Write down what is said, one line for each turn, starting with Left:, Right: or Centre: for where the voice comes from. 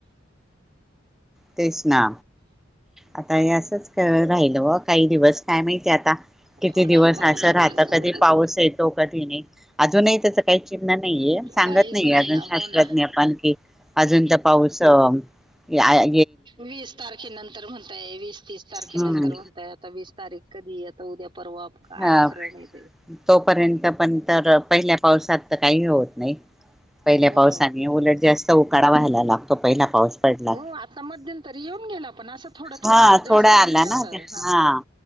Centre: तेस ना, आता असच राहिल व काही दिवस काय माहितीय आता. किती
Right: हो ना
Centre: दिवस
Right: पाऊस
Centre: असं राहत
Right: खरंच
Centre: कधी. पाऊस येतो कधी नाही अजूनही त्याच काही चिन्ह नाहीये सांगत
Right: काहीच
Centre: नाहीे
Right: नाही
Centre: अजून
Right: ना
Centre: शास्त्रज्ञ.
Right: हो ना हो.
Centre: पाणखी अजून तर पाऊस या या.
Right: वीस तारखेनंतर म्हणताय वीस तीस तारखेनंतर
Centre: हम्म
Right: म्हणताय आता वीस तारीख. कधी आता उद्या परवा काय
Centre: ह
Right: खरंण य ते.
Centre: तोपर्यंत पण तर पहिल्या पावसात तर काही होत नाही. पहिल्या
Right: हो.
Centre: पावसाने उलट जास्त उकाडा व्हायलाला. तो पहिला पाऊस पडला
Right: हो आता मध्यंतरी येऊन गेला पण असं थोडा थोडा
Centre: हा
Right: जास्त
Centre: थोड्या आला
Right: पण नाही असं
Centre: ना त्या. हा,